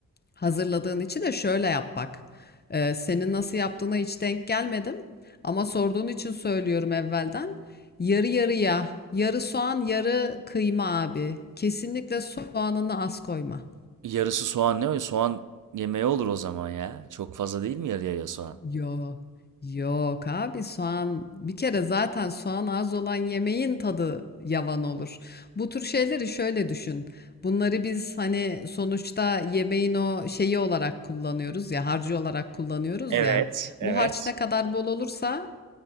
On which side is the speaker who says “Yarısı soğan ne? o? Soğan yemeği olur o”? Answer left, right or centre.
Right